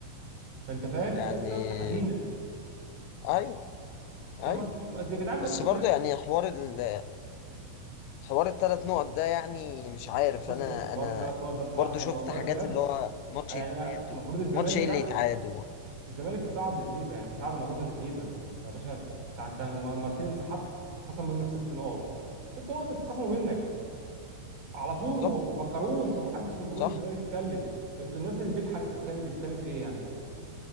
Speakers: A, on the right (about 40°); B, on the left (about 90°).
A: انت فاهم
B: يعني
A: قصه حزينه
B: ايوه
A: طب
B: ايوه
A: ما ت- ما- يا جدعان ما
B: بس
A: ت- ما
B: برضه
A: ت-
B: يعني حوار ال... حوار الثلاث نقط ده يعني مش عارف
A: بصوا
B: انا
A: حوار
B: انا
A: الثلاث نقط ده الصراحه
B: برضه
A: يعني
B: شفت
A: والله
B: حاجات
A: بجد
B: اللي هو ماتش
A: يعني
B: يتعادوا
A: المفروض الزمالك
B: ماتش ايه
A: لا
B: اللي يتعادوا
A: الزمالك اتصعد للفيفا يعني ما صعد الموضوع ده للفيفا يعني انت يا باشا انت انت مرتين انسحبت اتخصم منك ست نقاط ست نقط اتخصموا منك على طول
B: بالظبط
A: ما ما فكروش ومحدش من جمهور
B: صح
A: الزمالك اتكلم انتوا الناس اللي بيجحة اللي بتتكلم دي بتتكلم في ايه يعني